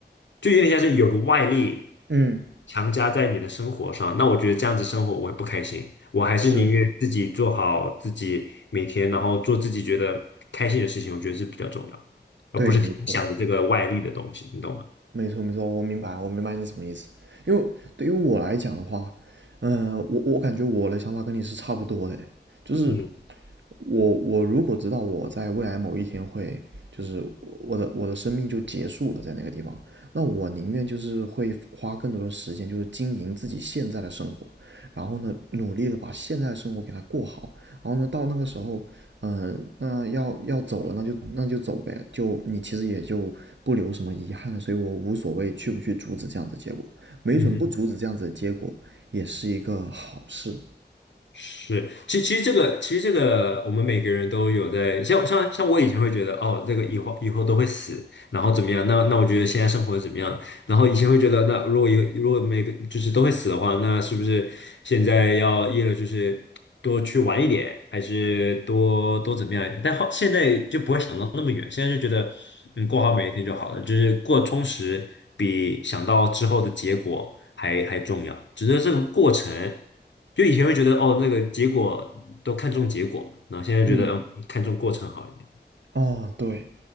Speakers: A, on the left; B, on the right.
A: 就有点像是有个外力
B: 嗯，
A: 强加在你的生活上，那我觉得这样子生活我会不开心，我还是宁愿自己做好自己每天，
B: 是。
A: 然后做自己觉得开心的事情，我觉得是比较重要，而不是听想着这个外力的东西，
B: 对，没错。
A: 你懂吗？
B: 没错，没错，我明白，我明白你什么意思。因为对于我来讲的话，嗯、我我感觉我的想法跟你是差不多的，就是
A: 嗯
B: 我我如果知道我在未来某一天会，就是我的我的生命就结束了在那个地方，那我宁愿就是会花更多的时间，就是经营自己现在的生活，然后呢，努力的把现在的生活给它过好，然后呢，到那个时候，嗯、呃那要要走了，那就那就走呗，就你其实也就不留什么遗憾了，所以我无所谓去不去阻止这样子的结果，没准不阻止这样子的结果也是一个好事。
A: 嗯哼。是，其其实这个其实这个我们每个人都有在，像像像我以前会觉得哦，这个以后以后都会死，然后怎么样？那那我觉得现在生活怎么样？然后以前会觉得，那如果一个如果每个就是都会死的话，那是不是现在要一了就是多去玩一点，还是多多怎么样一点？但后现在就不会想到那么远，现在就觉得嗯，过好每一天就好了，就是过充实比想到之后的结果还还重要。只是这个过程，就以前会觉得哦，那个结果都看重结果嘛，然后现在觉得嗯，
B: 嗯。
A: 看重过程好一点。
B: 哦，对，